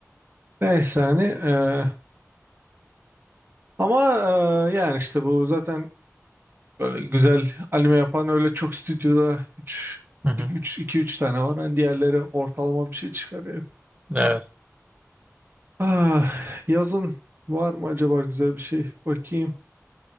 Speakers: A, on the right (about 45°); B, on the right (about 25°).
A: Neyse hani ee, ama ee, yani işte bu zaten böyle güzel anime yapan öyle çok stüdyoda üç
B: Hı hı.
A: iki üç tane var. Hani diğerleri ortalama bir şey çıkarıyor.
B: Evet.
A: Ah, yazın var mı acaba güzel bir şey? Bakayım.